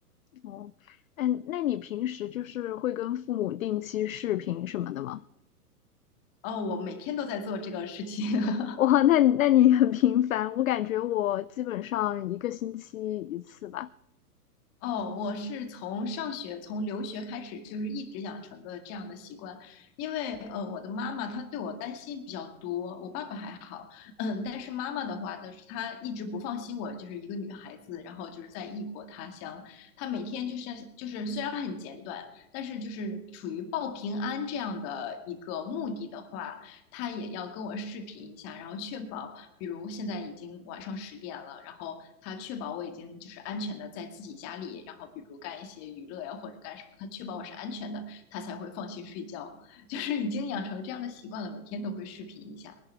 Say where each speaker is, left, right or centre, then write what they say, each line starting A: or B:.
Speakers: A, on the left (about 60°); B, on the left (about 30°).
A: 哦，哎，那你平时就是会跟父母定期视频什么的吗？
B: 哦，我每天都在做这个事情。<laughs>
A: 哇，那你那你很频繁，我感觉我基本上一个星期一次吧。
B: 哦，我是从上学、从留学开始，就是一直养成的这样的习惯。因为呃，我的妈妈她对我担心比较多，我爸爸还好，嗯，但是妈妈的话就是她一直不放心我，就是一个女孩子，然后就是在异国他乡，她每天就是就是虽然很简短，但是就是处于报平安这样的一个目的的话，她也要跟我视频一下，然后确保。比如现在已经晚上十点了，然后他确保我已经就是安全的在自己家里，然后比如干一些娱乐呀或者干什么，他确保我是安全的，他才会放心睡觉。<laughs> 就是已经养成这样的习惯了，每天都会视频一下。